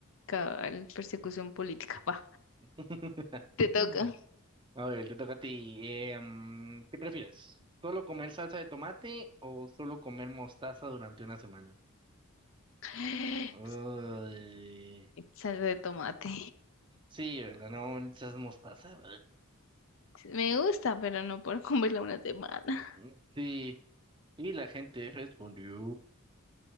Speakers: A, on the left (about 60°); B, on the right (about 20°).
A: cabal, persecución política. Va,
B: <laughs>
A: te toca.
B: A ver, te toca a ti. Eh, mm, ¿qué prefieres? ¿Solo comer salsa de tomate o solo comer mostaza durante una semana?
A: Ay,
B: Uy,
A: salsa de tomate.
B: sí, ¿verdad? No, esas mostaza.
A: Me gusta, pero no puedo comerla una <laughs> semana.
B: ugh. Sí, y la gente respondió